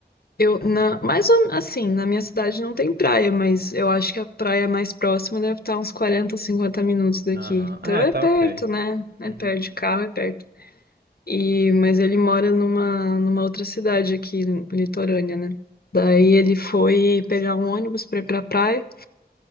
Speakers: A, on the left; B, on the right.
A: eu, na, mais ou- assim, na minha cidade não tem praia, mas eu acho que a praia mais próxima deve estar uns 40 50 minutos daqui.
B: Aham.
A: Então
B: Ah, é,
A: é
B: tá
A: perto,
B: ok.
A: né? É
B: Uhum.
A: perto de carro, é perto. E, mas ele mora numa, numa outra cidade aqui, litorânea, né? Daí ele foi pegar um ônibus pra ir pra praia.